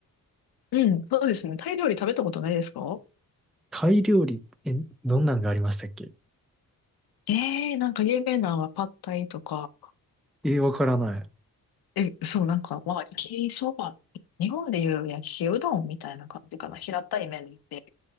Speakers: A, on the left; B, in the centre.
A: うん、そうですね。タイ料理食べたことないですか
B: タイ料理、え、どんなんがありましたっけ
A: ええー、なんか有名なのはパッタイとか、
B: ええわからない。
A: え、そう、なんか、まあ、焼きそば、日本でいう焼きうどんみたいな感じかな。平たい麺で、